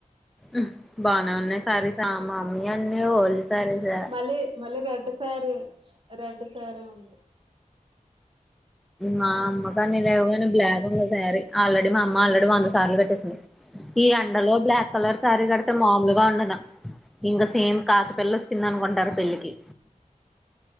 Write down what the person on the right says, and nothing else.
మళ్ళీ మళ్ళీ రెడ్ సారీ రెడ్ సారీ ఉంది